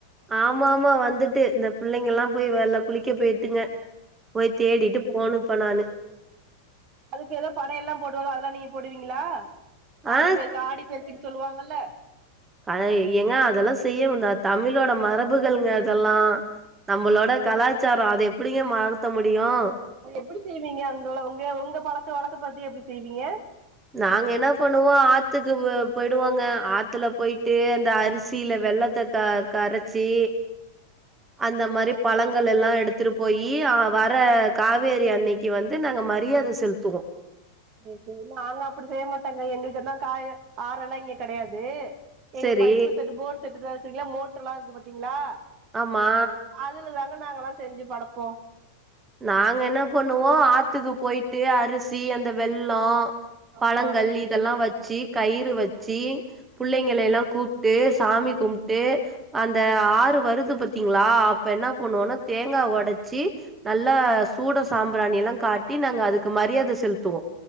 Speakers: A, on the right; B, on the right.
A: ஆமா ஆமா வந்துட்டு இந்த புள்ளைங்க எல்லா போய் வெள்ள குளிக்க போய்ட்டுங்க போய் தேடிட்டு போனு இப்ப நானு
B: அதுக்கு ஏதோ படை எல்லா போடுவாங்களே அதெல்லா நீங்க போடுவீங்களா ஆடிப்பெருக்கு
A: ஆ
B: ஆடி பெருக்குன்னு சொல்லுவாங்கல்ல
A: அத ஏங்க அதெல்லா செய்யனுந்தா தமிழோட மரபுகள்ங்க அதல்லா நம்பளோட கலாச்சாரொ அத எப்டிங்க மாத்த முடியு
B: அத் எப்டி செய்வீங்க அங்க உங்க உங்க பழக்க வழக்க பத்தி எப்டி செய்வீங்க
A: நாங்க என்ன பண்ணுவோ ஆத்துக்கு போயிடுவோங்க ஆத்துல போயிட்டு அந்த அரிசியில வெல்லத்த க கரச்சி அந்த மாரி பழங்கள் எல்லா எடுத்துட்டு போயி் வர்ற காவேரி அன்னைக்கு க்கி வந்து நாங்க மரியாத செலுத்துவோ
B: சரி சரி நாங்க அப்டி செய்ய மாட்டாங்க எங்களுக்கு தா காய ஆறு எல்லா இங்கெ கெடையாது எங்க
A: செரி
B: பைப்பு செட் போர் செட்டுதா இருக்கீங்களா மோட்ருல்லா இருக்கு பாத்தீங்ளா
A: ஆமா
B: அதுல தாங்க நாங்க எல்லா செஞ்சு படப்போ
A: நாங்க என்ன பண்ணுவோம் ஆத்துக்கு போயிட்டு அரிசி அந்த வெல்லோ
B: ஆமா
A: பழங்கள் இதெல்லா வச்சி கயிறு வச்சி புள்ளைங்கள எல்லா கூப்புட்டு சாமி கும்புட்டு அந்த ஆறு வருது பாத்தீங்ளா அப்ப என்னா பண்ணுவோனா தேங்கா ஒடச்சி நல்லா சூடோ சாம்பிராணியலா காட்டி நாங்க அதுக்கு மரியாத செல்த்துவோ